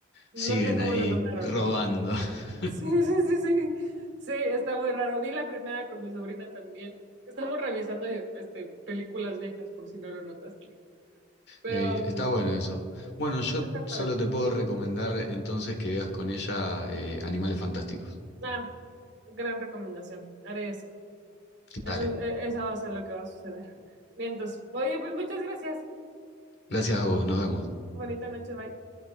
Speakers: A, on the right; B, on the left.
A: no
B: Siguen
A: sé cómo
B: ahí
A: lo lograron.
B: robando. <laughs>
A: Sí, sí, sí, sí. Sí, está muy raro. Vi la primera con mi sobrina también. Estamos revisando este, películas viejas, por si no lo notaste. Pero
B: Eh, está
A: mm,
B: bueno eso. Bueno, yo
A: está
B: solo
A: padre.
B: te puedo recomendar entonces que veas con ella eh, Animales Fantásticos.
A: Ah, gran recomendación. Haré eso. Eso,
B: Dale.
A: e- esa va a ser lo que va a suceder. Bien, entonces, oye, pues muchas gracias.
B: Gracias a vos, nos vemos.
A: Bonita noche, bye.